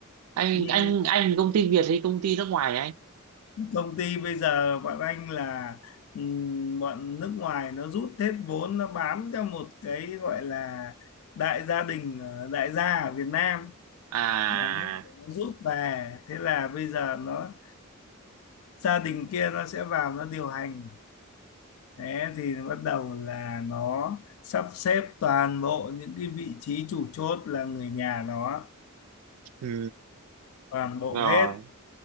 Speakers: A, on the right; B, on the left.
A: anh
B: Ừm,
A: anh anh công ty Việt hay công ty nước ngoài anh?
B: công ty bây giờ bọn anh là ừm, bọn nước ngoài nó rút hết vốn nó bám cho một cái gọi là đại gia đình ờ, đại gia ở Việt Nam
A: À,
B: Đấy, nó rút về thế là bây giờ nó gia đình kia nó sẽ vào nó điều hành thế thì bắt đầu là nó sắp xếp toàn bộ những cái vị trí chủ chốt là người nhà nó
A: ừ,
B: toàn bộ
A: rồi,
B: hết